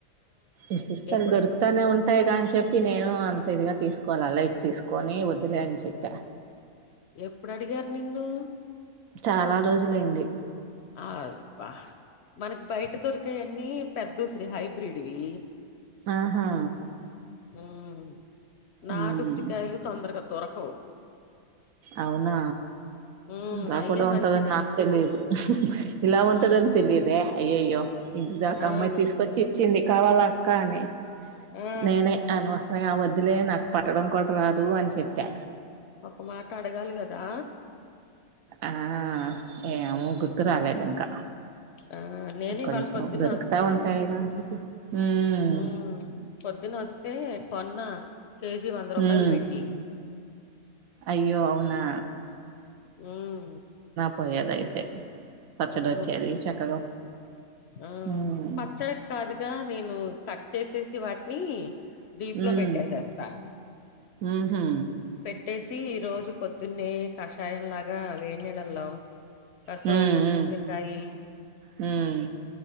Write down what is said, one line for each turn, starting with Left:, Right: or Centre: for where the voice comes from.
Right: ఇసురు కాయలు
Left: ఎప్పుడు
Right: దొరుకుతనే ఉంటాయి గానీ చెప్పి నేను అంత ఇదిగా తీసుకోవాల లైట్ తీసుకొని వద్దులే అని చెప్పా
Left: ఎప్పుడు అడిగారు నిన్ను
Right: చాలా రోజులయింది
Left: ఆ బా మనకి బయట దొరికాయన్నీ పెద్దస్ర హైబ్రిడ్వి
Right: ఆహా
Left: ఉమ్ నాటు
Right: మ్మ్
Left: ఉసిరికాయలు తొందరగాలు దొరకవు
Right: అవునా
Left: ఉమ్
Right: ఇలా
Left: అయ్యే
Right: కూడా
Left: మంచిది
Right: ఉంటదని నాకు తెలియదు ఇలా ఉంటదనీ
Left: ఉమ్
Right: తెలియదే అయ్యయ్యో ఇంటి దాకా
Left: ఆ
Right: అమ్మాయి తీసుకొచ్చి ఇచ్చింది కావాలా కానీ
Left: ఆ
Right: నేనే అను వస్త్రంగావద్దు అదిలే నాకు పట్టడం కూడా రాదు అని చెప్పా
Left: ఒక మాట అడగాలి కదా
Right: ఆ ఏమో గుర్తురాలేదు ఇంకా
Left: ఆ నేను ఇవాళ
Right: కొంచెం
Left: పొద్దున
Right: దొరుకుతా
Left: వస్తే
Right: ఉంటాయిగా అని చెప్పి మ్మ్
Left: ఉమ్ పొద్దున వస్తే పొన్నా కేజీ వంద రూపాయలు
Right: మ్మ్
Left: పెట్టి
Right: అయ్యో అవునా
Left: ఉమ్
Right: పోయదైతే పచ్చడి
Left: అవును
Right: వచ్చేది చక్కగా
Left: ఆ
Right: హ్మ్
Left: పచ్చడికి కాదుగా నేను కర్చ చేసేసి వాటిని డీప్
Right: హ్మ్
Left: లో పెట్టేసేస్తా
Right: ఊహూ
Left: పె పెట్టేసి ఈ రోజు పొద్దున్నే కషాయం లాగా వేడి నీళ్లలో కాస్త
Right: హ్మ్
Left: ఒక
Right: హ్మ్
Left: ఉసిరికాయి
Right: హ్మ్